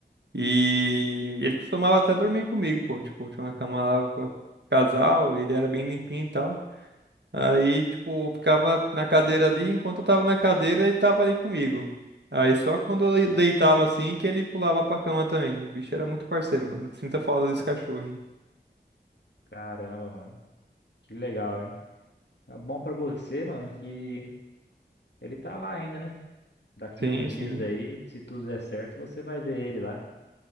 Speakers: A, on the right; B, on the left.
A: e ele costumava até dormir comigo, pô. Tipo, tinha uma cama lá pra casal, ele era bem limpinho e tal. Aí, tipo, eu ficava na cadeira ali, enquanto eu tava na cadeira, ele tava ali comigo. Aí só quando eu deitava assim que ele pulava pra cama também. O bicho era muito parceiro, mano. Sinta falta desse cachorro, hein?
B: Caramba, mano. Que legal, hein? É bom pra você, mano, que ele tá lá ainda, né? Daqui
A: Sim,
B: uns
A: sim.
B: dias aí, se tudo der certo, você vai ver ele lá.